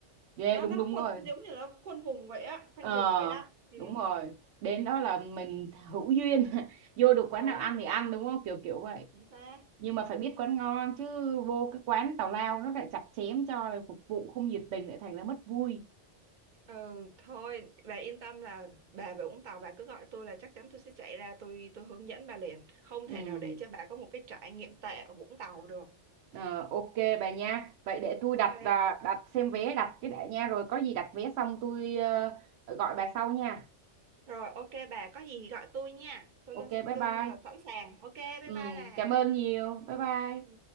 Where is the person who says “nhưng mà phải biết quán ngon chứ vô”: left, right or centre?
Right